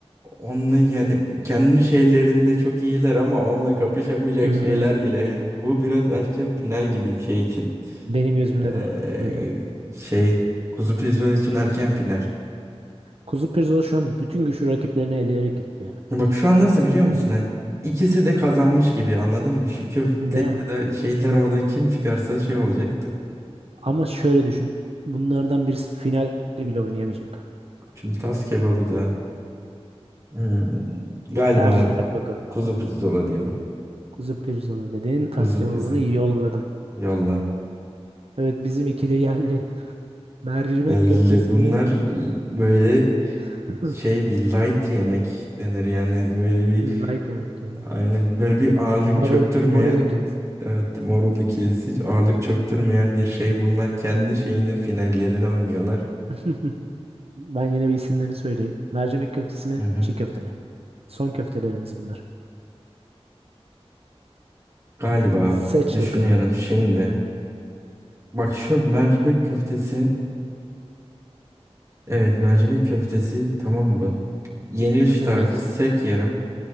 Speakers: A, on the right; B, on the right.
A: Onunla yani kendi şeylerinde çok iyiler ama onunla kapışamayacak
B: <laughs>
A: şeyler geliyor. Yani bu biraz erken final gibi şey için.
B: Benim gözümde
A: Ee,
B: de o. Öyle.
A: şey kuzu pizyon için erken final.
B: Kuzu Pirzola şu an bütün güçlü rakiplerini eleyerek gitti ya.
A: Bak şu an nasıl biliyor musun? Hani ikisi de kazanmış gibi anladın mı? Çiğ köfte
B: Değil mi?
A: ya da şeyler oradan kim çıkarsa şey olacaktı.
B: Ama şöyle düşün. Bunlardan birisi final bile oynayamayacak.
A: Şimdi tas kebabı da hmm, galiba
B: Tercihini yap bakalım.
A: kuzu pirzola diyorum.
B: Kuzu Pirzola dedin. Tas
A: Kuzu
B: kebabını
A: pizza.
B: yolladım.
A: Yolla.
B: Evet bizim ikili geldi. <laughs> Mercimek
A: Geldi.
B: köftesi
A: Bunlar
B: mi?
A: böyle
B: <laughs>
A: şey bir light yemek denir yani böyle bir
B: Light yemek ya.
A: aynen böyle bir ağırlık
B: Marul,
A: çöktürmeyen
B: marul ikilisi.
A: evet Morul ikilisi ağırlık çöktürmeyen bir şey bunlar kendi şeyinin finallerini oynuyorlar.
B: <laughs> Ben yine bir isimlerini söyleyeyim. Mercimek köftesi mi,
A: Hı hı.
B: çiğ köfte mi? Son köftelerimiz bunlar.
A: Galiba
B: Seç
A: düşünüyorum
B: bakalım.
A: şimdi. Bak şu mercimek köftesi evet mercimek köftesi tamam mı? Yeniliş tarzı
B: Evet,
A: sek yerim.